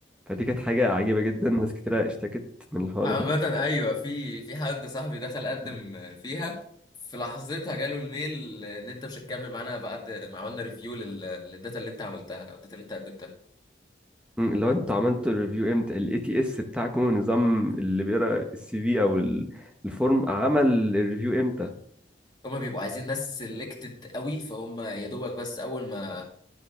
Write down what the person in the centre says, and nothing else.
فدي كانت حاجة عجيبة جدا ناس كتيرة اشتكت من الحوار
ده
مم، لو انتوا عملتوا الريفيو امتى الاي تي اس بتاعكم النظام اللي بيقرا السي في او ال- الفورم عمل الريفيو امتى